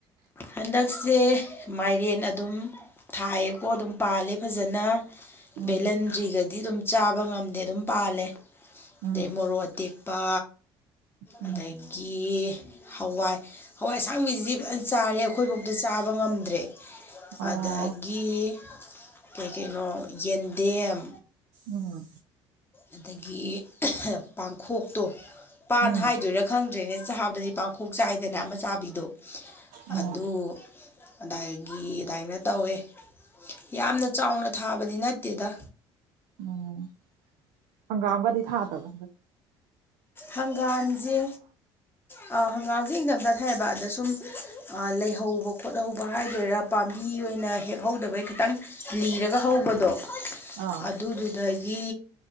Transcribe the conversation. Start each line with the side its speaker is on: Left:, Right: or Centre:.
Left: ꯍꯟꯗꯛꯁꯦ ꯃꯥꯏꯔꯦꯟ ꯑꯗꯨꯝ ꯊꯥꯏꯌꯦꯀꯣ ꯑꯗꯨꯝ ꯄꯥꯜꯂꯦ ꯐꯖꯅ
Right: ꯎꯝ
Left: ꯚꯦꯂꯟꯗ꯭ꯔꯤꯒꯗꯤ ꯑꯗꯨꯝ ꯆꯥꯕ ꯉꯝꯗꯦ ꯑꯗꯨꯝ ꯄꯥꯜꯂꯦ ꯑꯗꯩ
Right: ꯎꯝ
Left: ꯃꯣꯔꯣꯛ ꯑꯇꯦꯛ ꯄ
Right: ꯎꯝ
Left: ꯑꯗꯒꯤ ꯍꯋꯥꯏ ꯍꯋꯥꯏ ꯑꯁꯥꯡꯕꯤꯁꯤ ꯐꯖ ꯆꯥꯔꯦ ꯑꯩꯈꯣꯏꯐꯧꯗ ꯆꯥꯕ ꯉꯝꯗ꯭ꯔꯦ ꯑꯗꯒꯤ
Right: ꯑꯣ
Left: ꯀꯩ ꯀꯩꯅꯣ ꯌꯦꯟꯗꯦꯝ
Right: ꯎꯝ
Left: ꯑꯗꯒꯤ ꯄꯥꯡꯈꯣꯛꯇꯣ ꯄꯥꯟ
Right: ꯎꯝ
Left: ꯍꯥꯏꯗꯣꯏꯔꯥ ꯈꯪꯗ꯭ꯔꯦꯅꯦ ꯆꯥꯕꯗꯗꯤ ꯄꯥꯡꯈꯣꯛ ꯆꯥꯏꯗ ꯗꯅ ꯑꯃ ꯆꯥꯕꯤꯗꯣ
Right: ꯎꯝ
Left: ꯑꯗꯨ ꯑꯗꯨꯗꯒꯤ ꯑꯗꯨꯃꯥꯏꯅ ꯇꯧꯋꯦ ꯌꯥꯝꯅ ꯆꯥꯎꯅ ꯊꯥꯕꯗꯤ ꯅꯠꯇꯦꯗ
Right: ꯎꯝ ꯍꯪꯒꯥꯒꯥꯗꯤ ꯊꯥ ꯇꯕ
Left: ꯍꯪꯒꯥꯝꯁꯦ ꯑ ꯍꯪꯒꯥꯝꯁꯦ ꯏꯪꯅꯝꯇ ꯊꯩꯌꯦꯕ ꯑꯗ ꯁꯨꯝ ꯂꯩꯍꯧꯕ ꯈꯣꯠꯍꯧꯕ ꯍꯥꯏꯗꯣꯏꯔꯥ ꯄꯥꯝꯕꯤ ꯑꯣꯏꯅ ꯍꯦꯛꯍꯧꯗꯕꯩ ꯈꯤꯇꯪ ꯂꯤꯔꯒ ꯍꯧꯕꯗꯣ
Right: ꯑꯥ
Left: ꯑꯗꯨꯗꯨꯗꯒꯤ